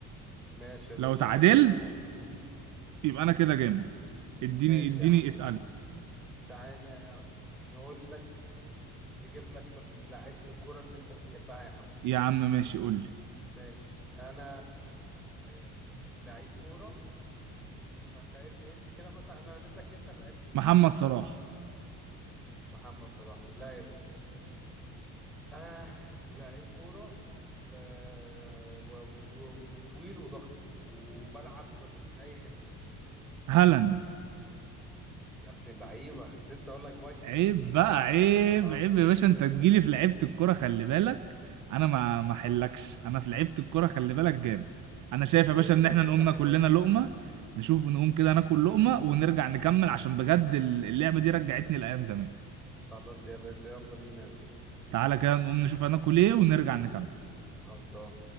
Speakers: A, in the centre; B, on the right (about 60°).
A: ماشي يا باشا
B: لو تعادلت
A: خلينا
B: يبقى انا كده جامد اديني
A: ماشي
B: اديني
A: يا عم
B: اسأل
A: تعالى يا عم نقول لك نجيب لك في لعيبة الكورة اللي انت بتحبها يا عم
B: يا عم ماشي قول لي
A: ماشي انا آه، لعيب كورة فانت ارمي هنت كده مثلا انا رميت لك هنت أنا لعيب كورة
B: محمد
A: فانت هترمي
B: صلاح
A: مين محمد صلاح لا يا باشا آه لعيب كورة ب... و... و... وطويل وضخم وبلعب بشوط من اي حتة
B: هالاند
A: يا ابن اللعيبة كنت لسه اقول لك فايكنج
B: عيب
A: بس انت
B: بقى عيب
A: لقطتها
B: عيب
A: من بعيد
B: يا باشا انت
A: انت
B: تجيلي في لعيبة الكرة خلي بالك انا ما ما حلكش انا في لعيبة الكرة خلي بالك جامد انا شايف
A: كنت
B: يا باشا
A: لسه
B: ان احنا
A: هديك
B: نقوم
A: واحدة
B: ناكل
A: فايكنج
B: لنا لقمة نشوف نقوم كده ناكل لقمة ونرجع نكمل عشان بجد ال- اللعبة دي رجعتني لأيام زمان
A: خلاص يا باشا يلا بينا يا باشا
B: تعالى كده نقوم نشوف هناكل ايه ونرجع نكمل
A: خلصان